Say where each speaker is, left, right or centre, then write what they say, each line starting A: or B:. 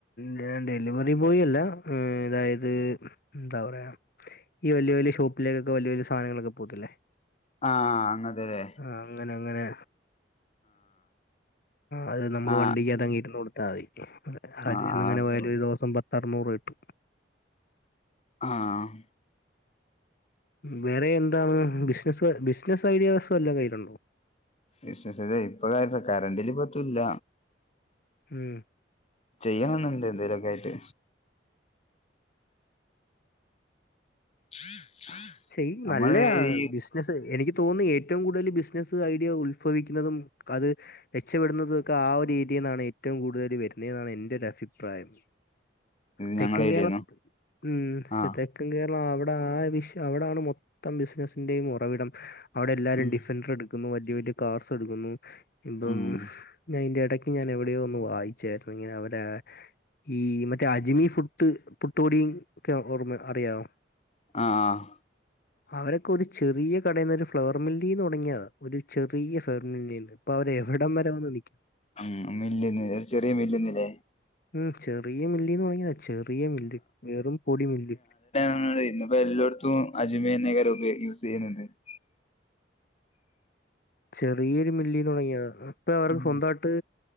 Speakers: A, on the left (about 55°); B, on the left (about 35°).
A: ഞാൻ ഡെലിവെറി ബോയി അല്ല അതായത് എന്താ പറയ്ക - ഈ വല്ലിയ വല്ലിയ ഷോപ്പിലേക്കൊക്കെ വല്ല്യയ വല്ലിയ സാനങ്ങളൊക്കെ പോത്തില്ലേ
B: ആഹ് അങ്ങനത്തെ ഇല്ലേ
A: ആഹ് അങ്ങന അങ്ങനെ- അത് നമ്മള്
B: ആ
A: വണ്ടിക്കത്താങ്ങ് ഇരുന്നു കൊടുത്താൽ മതി കാര്യം
B: ആ
A: എങ്ങനെ
B: അതോ
A: പോയാലും ഒരു ദെവസം പത്തറുനുറ് രൂപ കിട്ടും
B: ആഹ്
A: വേറെ എന്താണ് ബിസിനസ് ബിസ്നസ് ഐഡിയാസ് വല്ലൊം കയ്യില്ണ്ടോ?
B: ബിസ്നസ് അതെ ഇപ്പ കാരണം കറണ്ടിലി പറ്റൂല്ല
A: ഉം
B: ചെയ്യണം ന്ന്ണ്ട് എന്തെേലൊക്കായിട്ട് <unintelligible>
A: ചെയിം
B: നമ്മള്
A: ന്നല്ലേ ആണം
B: ഈ
A: ബിസ് സ്നസ് എനിക്ക് തോന്നി ഏറ്റവും കൂടുതൽ ബിസിനസ്സ് ഐഡിയ ഉൽഫവിക്കുന്നതും അത് രക്ഷപ്പെടുന്നതൊക്കെ ആ ഒര് ഏര്യേന്നാണ് ഏറ്റവും കൂടുതൽ വെര്ന്നെന്നാണ് എൻ്റൊര് അഫിപ്രായം തെക്കൻ
B: ഞങ്ങളെ
A: കേരളം
B: ഏരിയേന്നോ
A: മ്
B: ആ
A: തെക്കൻ കേരളം അവിടെ ആ ഒര്ഷ് ക്യയാ അവ്ടാണ് മൊത്തം ബിസിനസ്സിന്റെയും ഒറവിടം അവിടെ എല്ലാരും
B: ഉം
A: ഡിഫൻൻ്റഡ് കുന്നു വല്ല്യയ വല്ല്യയ കാർസ് എടുക്കുന്നു ഇപം
B: ഉം
A: ഞാ അയ്ൻന്റെ എടക്ക് ഞാൻ എവിടെ ഒന്ന് വായിച്ചായിരുന്നു ഞവിടെ ഈ മറ്റേ അജ്മി ഫുട്ട് പുട്ട്പൊടിം ഒക്കെ ഓർമ്മ അറിയാവോ
B: അ ആഹ്
A: അവരൊക്കെ ഒരു ചെറിയ കടേന്ന് ഒരു ഫ്ലവർ മില്ലീന്നൊട്ങ്ങിയാ ഒരു ചെറിയ ഫ്ലവർ മില്ലീന്ന് ഇപ്പ അവര് എവിടം വരെ വന്ന് നിക്ക
B: മ് മില്ല്ന്ന് ഒര് ചെറിയ മില്ല്ന്ന് ലേ
A: മ് ചെറിയ മില്ലീന്ന് വാങിതാ ചെറിയ മില്ല് വെറും പൊടി മില്ല്
B: ആ ഇന്ന്പ്പോ എല്ലോട്ത്തും അജ്മിന്നെയ്ക്കാരം ഉപയോഗിക്ക്ന്നെ <inaudible>
A: ചെറിയൊര് മില്ലീന്നൊട്ങ്ങിയതാ ഇപ്പ അവർക്ക്
B: ഉം.
A: സ്വന്തായിട്ട്